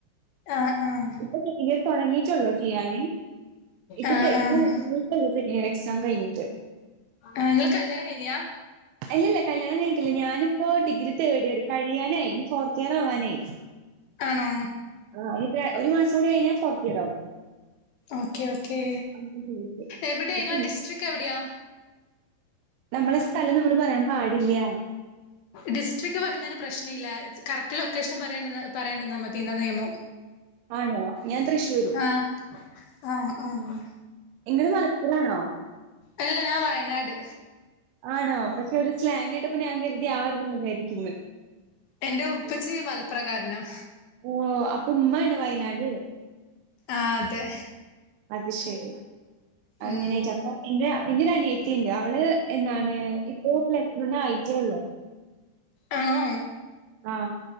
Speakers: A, on the left; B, on the right.
A: ആഹ് ആഹ്
B: ഇപ്പം സെക്കഡിയറ് തൊടങ്ങീട്ടൊള്ളു ചെയ്യാന് ഇപ്പ
A: ആഹ്
B: ചെയ്തു
A: ആഹ്
B: സെക്കഡിയറെക്സാം കയ്ഞ്ഞിട്ട്.
A: ആഹ് ഇങ്ങള് കല്യാണം കൈഞ്ഞ്യാ?
B: അല്ലല്ല കല്യാണം കയ്ഞ്ഞ്ട്ടില്ല ഞാനിപ്പോ ഡിഗ്രി തേർഡിയർ കഴിയാനായി ഇനി ഫോർത്തിയറാവാനായി.
A: ആണോ?
B: ആ ഇത്പ്പെ ഒരു മാസം കൂടി കഴിഞ്ഞാ ഫോർത്തിയറാവും.
A: ഓക്കെയോക്കേ
B: അങ്ങനെ വിളിച്ചേ.
A: എവിടെയാ
B: അപ്പം
A: ഇങ്ങളെ ഡിസ്ട്രിക് എവിടെയാ?
B: നമ്മളെ സ്ഥലം നമ്മള് പറയാം പാടില്ല്യ
A: ഡിസ്ട്രിക്ട് പറയുന്നതിന് പ്രശ്നയില്ല കറക്റ്റ് ലൊക്കേഷൻ പറിയാണ്ട് ന്നാ പറയാണ്ട്ന്നാ മതീന്ന നിയമം. <inaudible>
B: ആണോ ഞാൻ തൃശ്ശൂര്.
A: ആഹ് ആഹ് ആഹ്.
B: നിങ്ങള് മലപ്പുറാണോ
A: അല്ല ഞാൻ വയനാട്.
B: ആണോ പക്ഷെ ഒരു സ്ലാങ്ങ് കേട്ടപ്പ ഞാൻ കരുതി ആ ഒരും കണ്ണൂക്കാരിയായിരിക്കുന്ന്.
A: എന്റെ ഉപ്പച്ചി മലപ്രകാരനാ.
B: ഓ അപ്പ ഉമ്മാണോ വയനാട്?
A: ആഹ് അതെ.
B: അത് ശെരി അങ്ങനെ
A: ഉം
B: ചപ്പാ എന്റെ പിന്നൊരു അനിയത്തിണ്ട് അവള് എന്താണ് ഇപ്പോ പ്ലസ് വൺ ആയിട്ടെള്ളു.
A: ആണോ?
B: ആഹ്